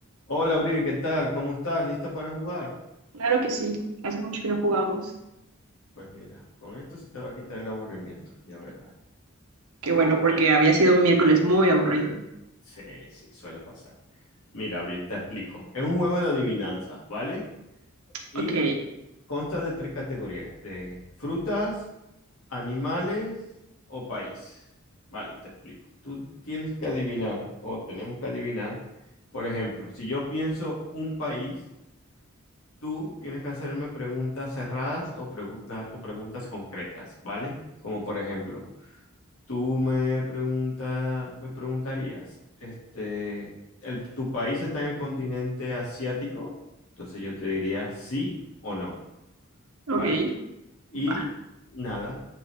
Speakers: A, on the left; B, on the right.
A: Hola, Abril, ¿qué tal? ¿Cómo estás? ¿Lista para jugar?
B: Claro que sí, hace mucho que no jugamos.
A: Pues mira, con esto se te va a quitar el aburrimiento, ya verás.
B: Qué bueno,
A: Mira,
B: porque había sido un miércoles muy aburrido.
A: sí, sí, suele pasar. Mira, Abril, te explico. Es un juego de adivinanzas, ¿vale? Y
B: Ok,
A: consta de tres categorías, de frutas, animales o países. Vale, te explico. Tú tienes que adivinar o tenemos que adivinar, por ejemplo, si yo pienso un país Tú tienes que hacerme preguntas cerradas o, pregunta- o preguntas concretas, ¿vale? Como por ejemplo, tú me pregunta, me preguntarías, este, el- ¿tu país está en el continente asiático? Entonces yo te diría sí o no,
B: ok,
A: ¿vale? Y
B: va.
A: nada,